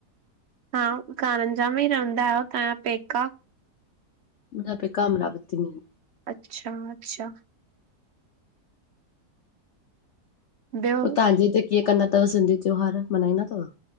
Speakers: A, on the right; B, on the left.
A: हा। करारंजा में ई रहंदा आहियो तव्हांजा पेका?
B: मुंहिंजा पेका कमरावती मेंी।
A: अचछा अच्छा ॿियो
B: पो तव्हांजे हिे कीअं कंदा थव सिंधी त्योहार मनाईंदा थव